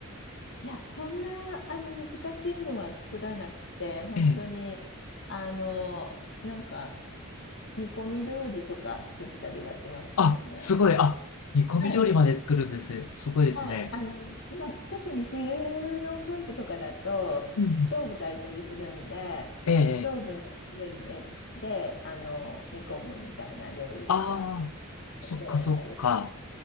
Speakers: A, on the left (about 60°); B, on the left (about 85°).
A: いや、そんな、あの、難しいのは作らなくて、本当に、
B: ええ。
A: あの、なんか、煮込み料理とか作ったりはしますけどね。
B: あ、すごい。あ、煮込み料理まで作るんです。
A: はい。
B: すごいですね。
A: はい。あの、まあ、特に冬のキャンプとかだと、ストーブ炊いたりするんで、
B: うんうん。ええ。
A: ストーブの上で、
B: え
A: で、あの、煮込むみたいな料理とか、
B: ああ、そっかそっか。
A: 結構やったりしま